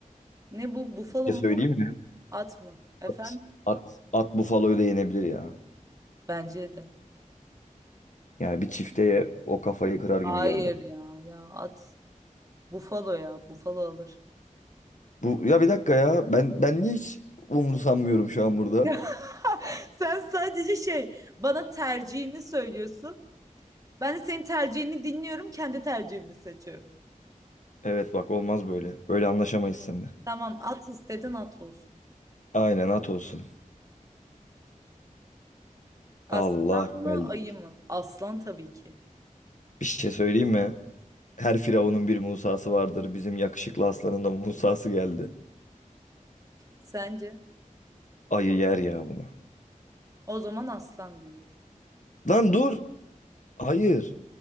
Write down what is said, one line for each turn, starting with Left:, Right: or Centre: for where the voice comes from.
Right: Ne bu bufalo
Left: Bir
Right: mu
Left: şey söyleyeyim mi?
Right: at mı? Efendim?
Left: At, at, at Buffalo'yu da yenebilir ya.
Right: Bence de.
Left: Yani bir çifteye o kafayı kırar
Right: Hayır
Left: gibi geldi.
Right: ya ya at. Bufalo ya bufalo alır.
Left: Bu ya bir dakika ya. Ben ben niye hiç umursamıyorum şu an burada?
Right: <laughs> Sen sadece şey bana tercihini söylüyorsun. Ben de senin tercihini dinliyorum, kendi tercihimi seçiyorum.
Left: Evet bak olmaz böyle. Böyle anlaşamayız seninle.
Right: Tamam, at istedin at olsun.
Left: Aynen at olsun.
Right: Aslan
Left: Allah
Right: mı,
Left: geldik.
Right: ayı mı? Aslan tabii ki.
Left: Bir şey söyleyeyim mi? Her firavunun bir Musa'sı vardır. Bizim yakışıklı aslanın da Musa'sı geldi.
Right: Sence?
Left: Ayı yer ya bunu.
Right: O zaman aslan diyorum.
Left: Lan dur. Hayır.